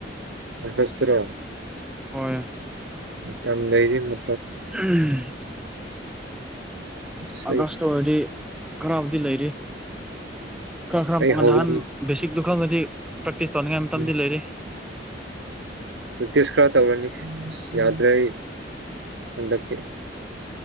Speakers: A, on the right; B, in the centre.
A: ꯑꯒꯁꯇꯔꯣ
B: ꯍꯣꯏ
A: ꯃꯇꯝ ꯂꯩꯔꯤꯅ
B: ꯎꯝ
A: ꯑꯁ
B: ꯑꯒꯁꯇ
A: ꯑꯩ
B: ꯑꯣꯏꯔꯗꯤ ꯈꯔꯕꯨꯗꯤ ꯂꯩꯔꯤ ꯈꯔ ꯈꯔ
A: ꯑꯩ ꯍꯧꯔꯅꯤ
B: ꯅꯍꯥꯟ ꯕꯦꯁꯤꯛꯇꯨ ꯈꯪꯒꯗꯤ ꯄ꯭ꯔꯦꯛꯇꯤꯁ ꯇꯧꯅꯤꯡꯉꯥꯏ ꯃꯇꯝꯗꯤ
A: ꯎꯝ
B: ꯂꯩꯔꯤ
A: ꯄ꯭ꯔꯦꯛꯇꯤꯁ ꯈꯔ ꯇꯧꯔꯅꯤ ꯑꯁ ꯌꯥꯗ꯭ꯔꯦ ꯑꯩ ꯍꯟꯗꯛꯇꯤ